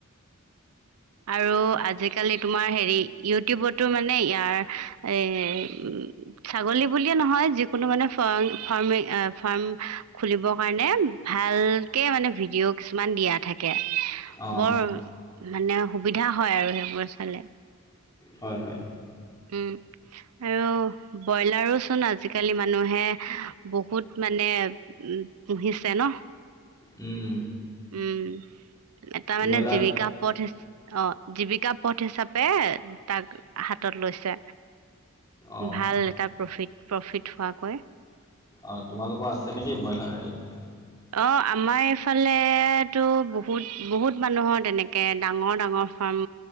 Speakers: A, on the right; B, on the left.
A: আৰু আজিকালি তোমাৰ হেৰি ইউটিউবতো মানে ইয়াৰ এই উ ছাগলী বুলিয়ে নহয় যিকোনো মানে ফ-ফাৰ্মি, ফাৰ্ম খুলিবৰ কাৰণে ভালকে মানে ভিডিঅ' কিছুমান দিয়া থাকে।
B: অঁ
A: বৰ মানে সুবিধা হয়, আৰু সেইবোৰ চালে।
B: হয়, হয়।
A: উম। আৰু ব্ৰইলাৰোচোন আজিকালি মানুহে বহুত মানে উম, পুহিছে ন!
B: উম।
A: উম, এটা মানে
B: ব্ৰইলাৰ
A: জীৱিকা পথ হিচা অ', জীৱিকা পথ হিচাপে তাক হাতত লৈছে।
B: অঁ
A: ভাল এটা প্ৰফিট, প্ৰফিট হোৱাকৈ।
B: অ', তোমালোকৰ আছে নেকি ব্ৰইলাৰ হেৰি?
A: অ', আমাৰ এইফালেটো বহুত, বহুত মানুহৰ তেনেকে ডাঙৰ, ডাঙৰ ফাৰ্ম